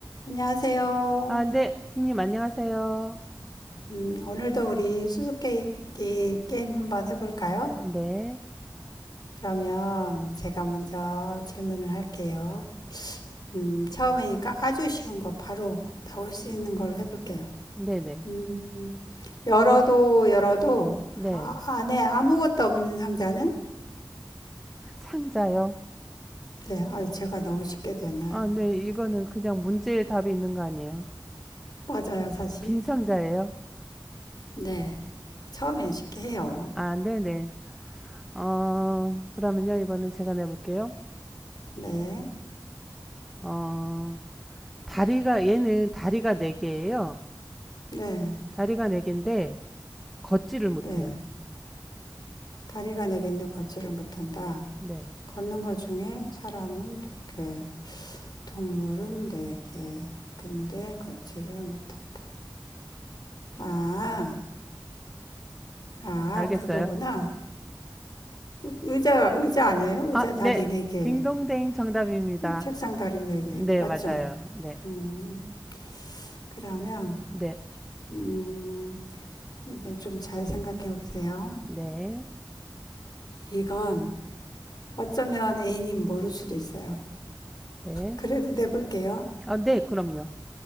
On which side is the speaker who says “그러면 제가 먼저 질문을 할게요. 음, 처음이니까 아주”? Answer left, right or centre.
Left